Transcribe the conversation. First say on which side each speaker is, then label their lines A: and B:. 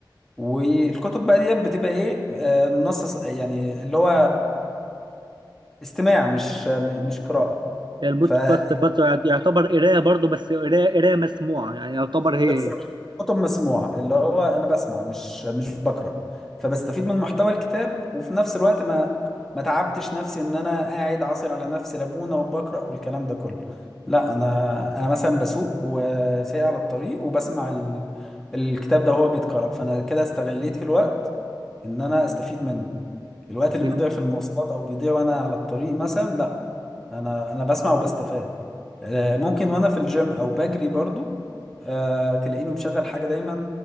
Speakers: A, in the centre; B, on the right.
A: والكتب بقى ديت بتبقى ايه آه، النص ص- يعني اللي هو استماع مش م- مش قراءة
B: البودكاست
A: ف <laughs>
B: برضه يعتبر قرايه برضه بس قرايه قرايه مسموعه يعني يعتبر هي
A: بالظبط.
B: هي
A: كتب مسموعة اللي هو انا بسمع مش مش بقرأ فبستفيد من محتوى الكتاب وفي نفس الوقت ما ما تعبتش نفسي ان انا قاعد عاصر على نفسي ليمونة وبقرأ والكلام ده كله لا انا انا مثلا بسوق وسايق على الطريق وبسمع ال... الكتاب ده وهو بيتقرأ فانا كده استغليت الوقت ان انا استفيد منه الوقت اللي
B: بن...
A: بيضيع في المواصلات او بيضيع وانا على الطريق مثلا لا انا انا بسمع وبستفاد آه، ممكن وانا في الجيم او بجري برضو آه، تلاقيني مشغل حاجة دايما